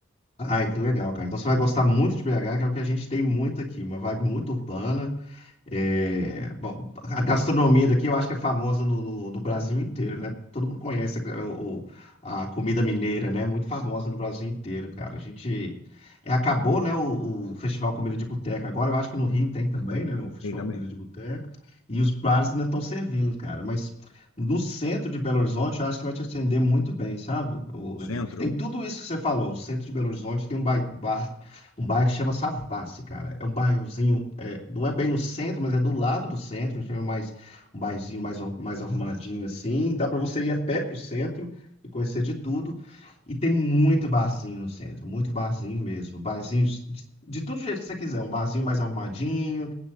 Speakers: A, on the left (about 30°); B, on the left (about 80°).
A: Ai, que legal, cara. Então você vai gostar muito de BH, que é o que a gente tem muito aqui, uma vibe muito urbana. É, bom, a gastronomia daqui eu acho que é famosa no, no- no Brasil inteiro, né? Todo mundo conhece a, o- a comida mineira, né? Muito famosa no Brasil inteiro, cara. A gente é, acabou, né, o, o Festival Comida de Boteca. Agora eu acho que no Rio tem também, né, o Festival
B: Tem também.
A: Comida de Boteca. E os bares ainda estão servindo, cara. Mas no centro de Belo Horizonte eu acho que vai te atender muito bem, sabe, ô, Levi?
B: Centro,
A: Porque tem tudo isso que você falou. O centro de Belo Horizonte tem um bai- bar, um bairro que chama Savassi, cara. É um bairrozinho não é bem no centro, mas é do lado do centro. Então é mais um bairrozinho mais, mais arrumadinho assim. Dá para você ir a pé pro centro e conhecer de tudo. E tem muito barzinho no centro, muito barzinho mesmo. Barzinho de, de todo jeito que você quiser. Um barzinho mais arrumadinho.